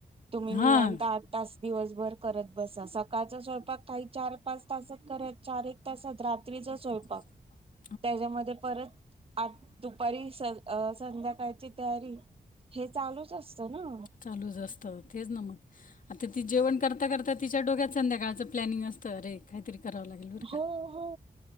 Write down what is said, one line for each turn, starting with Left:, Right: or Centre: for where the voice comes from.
Right: तुम्ही निवांत
Left: हां
Right: आठ तास दिवसभर करत बसा सकाळचा स्वयंपाक काही चार पाच तासच करा चार एक. तसात रात्रीचा स्वयंपाक
Left: <inaudible>
Right: त्याच्यामध्ये परत आ दुपारी चल संध्याकाळची तयारी हे चालूच असतं ना.
Left: चालूच असतं तेच न मग. आता ती जेवण करता करता तिच्या डोक्यात संध्याकाळच प्लनिंग असतं रे काहीतरी कराव लागेल बर का
Right: हो हो